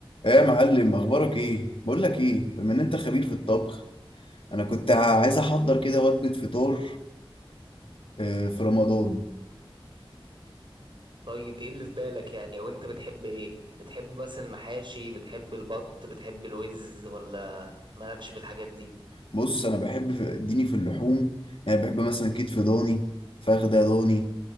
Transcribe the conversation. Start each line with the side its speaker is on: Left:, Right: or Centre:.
Left: ايه يا معلم اخبارك ايه بقول لك ايه بما ان انت خبير في الطبخ انا كنت عايز احضر كده وجبه فطار آه، في رمضان
Right: طيب ايه اللي في بالك يعني او انت بتحب ايه بتحب بس المحاشي بتحب البط بتحب الوز ولا مالكش في الحاجات دي
Left: بص انا بحب في- اديني في اللحوم يعني بحب مثلا كتف ضاني فخده ضاني